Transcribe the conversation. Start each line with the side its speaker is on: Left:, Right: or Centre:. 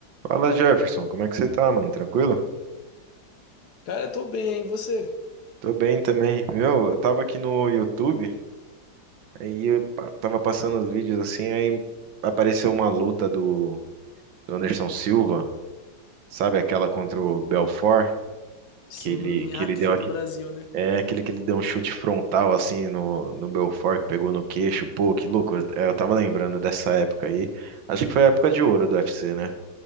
Right: Fala Jefferson, como é que você tá, mano? Tranquilo?
Left: Cara, eu tô bem, hein? E Você?
Right: Tô bem também. Meu, eu tava aqui no YouTube, aí eu pa- tava passando os vídeos assim, aí apareceu uma luta do, do Anderson Silva, sabe aquela contra o Belfort,
Left: Sim,
Right: que ele, que
Left: ah,
Right: ele
Left: que
Right: deu
Left: foi
Right: aqui.
Left: no Brasil, né?
Right: É aquele que ele deu um chute frontal assim no, no Belfort, que pegou no queixo. Pô, que loucura. É, Eu tava lembrando dessa época aí. Acho que foi a época de ouro do UFC, né?